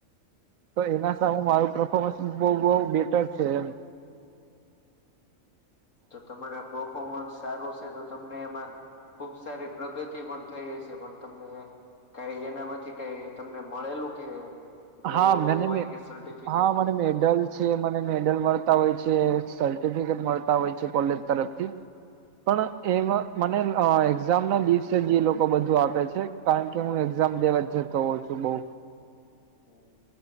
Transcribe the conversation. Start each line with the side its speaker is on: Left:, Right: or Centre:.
Right: તો એના સામે મારું પરફોમન્સ બઉ બઉ બેટર છે એમ
Left: તો તમારે આ પરફોમન્સ સારું છે તો તમને એમાં ખુબ સારી પ્રગતિ પણ થઈ હસે પણ તમને કઈ એનામાંથી કઈ તમને મળેલું કે
Right: હા
Left: એવોર્ડ
Right: મને
Left: હોય
Right: મે
Left: કે સર્ટિફિકેટ
Right: હા મને મેડલસ જે મને મેડલ મળતા હોય છે સર્ટિફિકેટ મળતા હોય છે કોલેજ તરફથી પણ એમાં મને અ એક્ઝામ ના દિવસે જે એ લોકો બધું આપે છે. કારણ કે હું એક્ઝામ દેવા જ જતો હોઉં છું બઉ
Left: હમ.